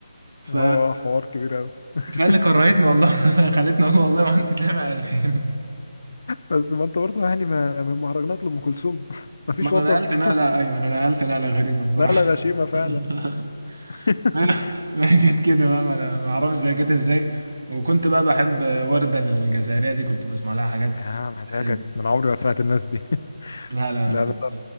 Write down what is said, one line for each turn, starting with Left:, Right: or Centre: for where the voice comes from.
Right: ف...
Left: اه حوار كبير قوي <laughs>
Right: فقال لي كرهتني والله <laughs> خلتني اقول والله ما انت سامع اغاني
Left: بس ما انت برضه يعني ما من مهرجانات لأم كلثوم
Right: <laughs>
Left: <laughs> ما فيش
Right: ما انا
Left: وسط
Right: نقلت
Left: <laughs>
Right: نقله ايوه انا نقلت نقله غريبه بصراحه
Left: لا لا غشيمة فعلا
Right: <laughs>
Left: <laughs>
Right: <laughs> ما هي جت كده بقى ما انا ما اعرفش هي جت ازاي وكنت بقى بحب وردة الجزائرية دي كنت بسمع لها حاجات
Left: يا مزاجك
Right: حلوة
Left: من عمري ما سمعت الناس دي <laughs>
Right: لا لا
Left: لا
Right: لا كنت
Left: لا لا.